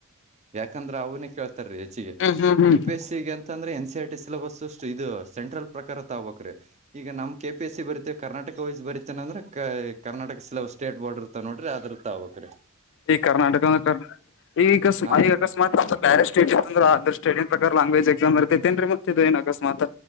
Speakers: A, on the right (about 35°); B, on the left (about 60°).
A: ಯಾಕಂದ್ರ ಅವನೇ ಕೇಳ್ತಾರೀ ಹೆಚ್ಚಿಗೆ
B: ಹ್ಮ್ ಹ್ಮ್ ಹ್ಮ್
A: ಯು ಪಿ ಎಸ್ ಸಿ <inaudible> ಅ ಅಂದ್ರೆ ಎನ್ ಸಿ ಆರ್ಟಿ ಸಿಲಬಸ್ ಅಷ್ಟು ಇದು ಸೆಂಟ್ರಲ್ ಪ್ರಕಾರ ತಗಬಬೇಕ್ ರಿ ಈಗ ನಮ್ ಕೆ ಪಿ ಎಸ್ ಸಿ ಬರಿತೇವಿ ಕರ್ನಾಟಕ ವಯಸ್ ಬರೀತೇನೆಂದ್ರೆ ಕ ಕರ್ನಾಟಕ ಸಲ್ ಸ್ಟೇಟ್ ಬೋರ್ಡ ಇರುತ್ತೆ ನೋಡ್ರೀ ಅದುರ್ತ ಅವ್ರಡೆ
B: ಈ ಕರ್ನಾಟಕ ಈಸ್ಮ
A: ಹಾ
B: ಈಗ ಅಕಸ್ಮಾತ್ ಬೇರೆ ಸ್ಟೇಟ್ ಇರತ್ತದ್ದಲ್ಲ ಅದರ್ ಸ್ಟೇಟ್ನ್ ಪ್ರಕಾರ ಲಾಂಗ್ವೇಜ್ ಎಕ್ಸಾಮ್ ಇರತೆೇನ್ ರೀ ಮತ್ತ ಇದೇನ್ ಅಕಸ್ಮಾತ್